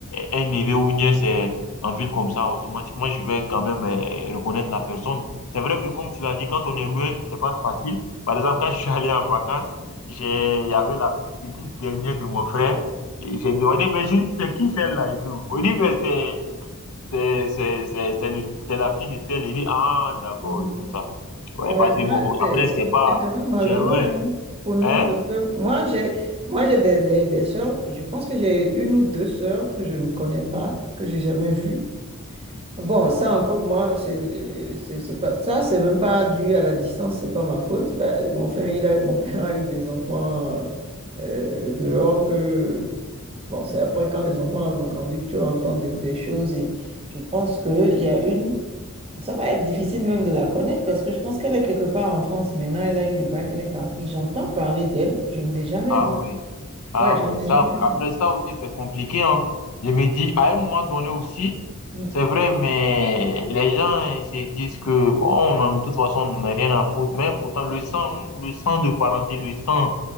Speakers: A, on the left; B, on the right.
A: euh, un neveu ou une nièce euh, en ville comme ça, automatiquement, je vais quand même euh, reconnaître la personne. C'est vrai que, comme tu l'as dit, quand on est loin, c'est pas facile. Par exemple, quand je suis allé en vacances, j'ai, il y avait la petite dernière de mon frère. Et j'ai demandé, mais je dis, c'est qui celle-là et tout? On dit, mais c'est c'est c'est- c'est- c'est le- c'est la fille de tel. Il dit, ah, d'accord,
B: Mhm.
A: et tout ça. Ouais,
B: Ouais,
A: parce
B: moi,
A: que bon,
B: c'est
A: après,
B: c'est-
A: c'est pas,
B: c'est quand même malheureux
A: tu es loin.
B: hein, pour nous
A: Hein?
B: parce que moi, j'ai moi j'ai des, des, des sœurs, je pense que j'ai une ou deux sœurs que je ne connais pas, que j'ai jamais vues. Bon, ça
A: Ah
B: encore,
A: bon.
B: moi, c'est c'est- c'est pas, ça, c'est même pas dû à la distance, c'est pas ma faute. Ben, mon frère, il a, mon père a eu des enfants euh, dehors que, bon, c'est après quand les enfants vont grandir que tu entends des, des choses et je pense qu'il y a une, ça va être difficile même de la connaître parce que je pense qu'elle est quelque part en France. Maintenant, elle a eu le bac, elle est partie. J'entends parler d'elle, je ne l'ai jamais
A: Ah
B: vue.
A: ouais, ah
B: Ouais, je
A: ouais.
B: ne l'ai
A: Ça,
B: jamais vue.
A: après ça aussi, c'est compliqué, hein. Je me dis, à un moment donné aussi,
B: Mm,
A: c'est vrai, mais les gens, ils se disent que, bon, on en, de toute façon, on n'a rien à foutre. Mais pourtant, le sang, le sang de parenté, le sang,